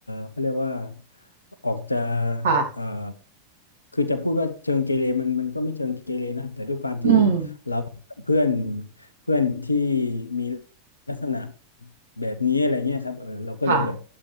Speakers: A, on the left; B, on the right.
A: เขาเรียกว่าออกจะ
B: ค่ะ
A: เอ่อคือจะพูดว่าเชิงเกเรมันมันก็ไม่เชิงเกเรนะแต่ด้วยความที่
B: อืม
A: เราเพื่อนเพื่อนที่มีลักษณะแบบนี้อะไรเงี้ยครับเออเราก็เลยแบบ
B: ค่ะ